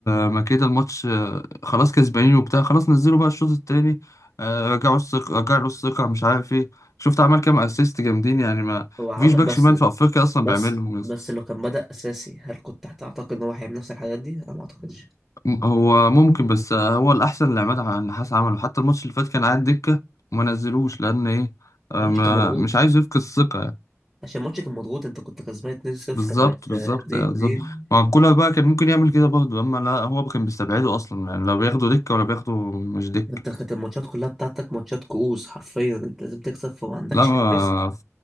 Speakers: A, on the left; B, in the centre.
A: ما كده الماتش آه، خلاص كسبانين وبتاع خلاص نزلوا بقى الشوط التاني آه، رجعوا الثقة رجعوا الثقة مش عارف إيه شفت عمل كام أسيست جامدين يعني ما
B: هو عمل
A: مفيش باك
B: بس
A: شمال في أفريقيا أصلا
B: بس
A: بيعملهم يا
B: بس
A: اسطى.
B: لو كان بدأ اساسي هل كنت هتعتقد ان هو هيعمل نفس الحاجات دي؟ انا ما اعتقدش
A: م- هو ممكن بس آه، هو الأحسن اللي عماد النحاس عمله حتى الماتش اللي فات كان قاعد دكة وما نزلوش لأن إيه آه،
B: ماتش
A: ما
B: كان مضغوط
A: مش عايز يفقد الثقة يعني.
B: عشان ماتشك كان مضغوط انت كنت كسبان 2-0
A: بالظبط
B: بقت
A: بالظبط
B: آه، 2-2
A: بالظبط ما كولر بقى كان ممكن يعمل كده برضه اما لا هو كان بيستبعده اصلا يعني لا بياخده دكه ولا بياخده مش دكه
B: انت كانت الماتشات كلها بتاعتك ماتشات كؤوس حرفيا انت لازم تكسب فما عندكش
A: لا ما
B: الريسك